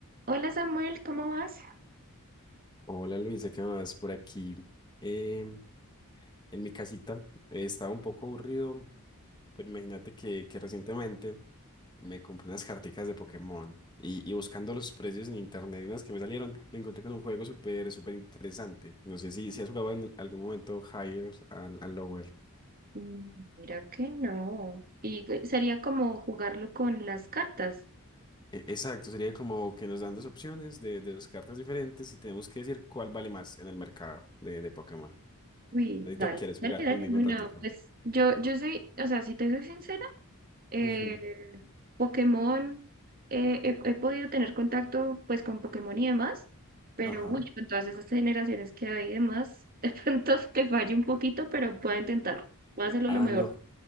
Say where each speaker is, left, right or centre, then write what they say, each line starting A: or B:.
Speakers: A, on the right; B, on the left.
A: Hola Samuel, ¿cómo vas?
B: Hola Luisa, ¿qué más por aquí? em, en mi casita eh, estaba un poco aburrido, pero imagínate que, que recientemente me compré unas carticas de Pokémon y, y buscando los precios en internet, y unas que me salieron, me encontré con un juego súper, súper interesante. No sé si, si has jugado en algún momento Higher and, and Lower.
A: Mm, Mira que no. Y eh, sería como jugarlo con las cartas.
B: E- Exacto, sería como que nos dan dos opciones de, de dos cartas diferentes y tenemos que decir cuál vale más en el mercado de, de Pokémon.
A: Uy,
B: ¿Ahí
A: dale,
B: te quieres
A: dale,
B: jugar
A: dale.
B: conmigo
A: Bueno,
B: un ratico.
A: pues yo, yo soy, o sea, si te soy sincera, eh,
B: Ujú.
A: Pokémon, eh, he, he podido tener contacto pues con Pokémon y demás, pero
B: Ajá.
A: uy, con todas esas generaciones que hay y demás, <laughs> de pronto te fallo un poquito, pero puedo intentar. Voy a hacerlo
B: Ah,
A: lo mejor.
B: no.